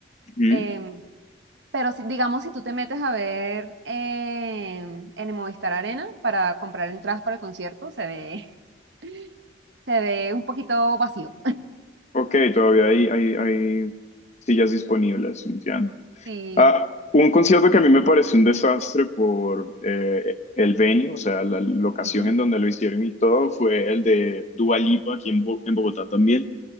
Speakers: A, on the left; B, on the right.
A: ujú.
B: em, Pero si, digamos, si tú te metes a ver eh, en el Movistar Arena para comprar entradas para el concierto, se ve, <laughs> se ve un poquito vacío.
A: Ok, todavía hay, hay, hay sillas disponibles, entiendo.
B: Sí.
A: Ah, un concierto que a mí me pareció un desastre por eh, el venue, o sea, la locación
B: ujú,
A: en donde lo hicieron y todo, fue el de Dua Lipa aquí en, Bo- en Bogotá también.